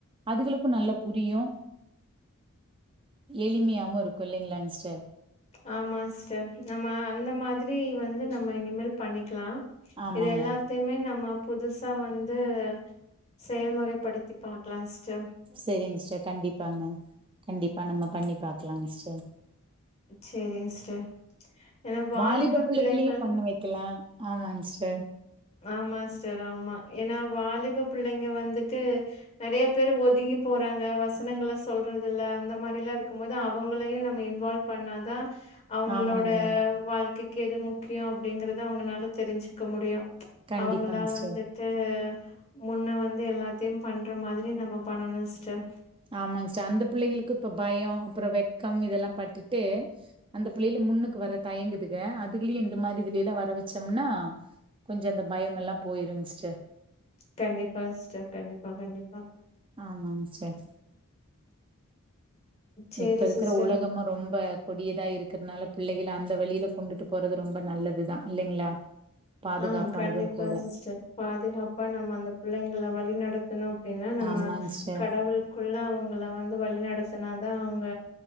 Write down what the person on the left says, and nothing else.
ஆமா சிஸ்டர் நம்ம அந்த மாதிரி வந்து நம்ம இனிமேல் பண்ணிக்கலா
இது எல்லா த்தையுமே நம்ம புதுசா வந்து செயல்முறை படுத்தி பாக்கலா சிஸ்டர்
சேரிங் சிஸ்டர் ஏன்னா
பிள்ளைகள்
ஆமா ஸ்டர் ஆமா ஏன்னா வாலிப பிள்ளைங்க வந்துட்டு நெறைய பேர் ஒதுங்கி போறாங்க வசனங்கள சொல்றதில்ல அந்த மாரில்லா இருக்கும் போது அவங்களையு நம்ம இன்வால்வ் பண்ணாதா அவங்களோட
வாழ்க்கைக்கு எது முக்கியோ அப்டிங்கறத அவங்கனால தெரிஞ்சுக்க முடியு
அவங்களா
வந்து ட்டு முன்ன வந்து எல்லாத்தையு பண்ற மாதிரி நம்ம பண்ணனு ஸ்டர்
கண்டிப்பா சிஸ்டர் கண்டிப்பா கண்டிப்பா
சேரி
சிஸ்டர்
ஆ கண்டிப்பா
சிஸ்டர் பாதுகாப்பா நம்ம அந்த பிள்ளைங்களை வழிநடத்தணு அப்டின்னா நம்ம
கடவுள் ஃபுல்லா அவங்கள வந்து வழி நடத்துனாதா அவங்க